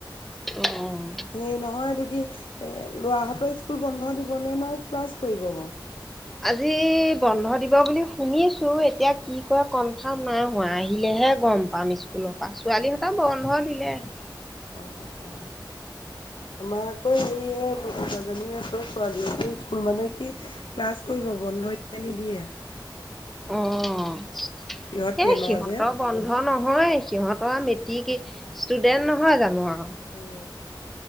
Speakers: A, in the centre; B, on the left.
A: অ
B: সেই নহয়টো কি এ লোৱাহঁতৰ স্কুল বন্ধ দিবনে নাই ক্লাছ কৰিব বাৰ।
A: আজি বন্ধ দিব বুলি শুনিছো এতিয়া কি কয় কনফাৰ্ম নাই হোৱা আহিলেহে হে গম পাম স্কুলৰ পৰা ছোৱালীহঁত বন্ধ দিলে। <unintelligible>
B: অ অ আমাৰ আকৌ সে কাজীয়ে ত ছোৱলী স্কুল মানে কি ক্লাছ কৰিব বন্ধ নিদিয়ে। <unintelligible>
A: অ এই
B: ইহঁত টেনৰ
A: সিহঁতৰ
B: যে
A: বন্ধ ন। নহ সিহঁতৰ মেট্ৰিক ষ্টুডেন্ট নহয় জানো আৰু।
B: উ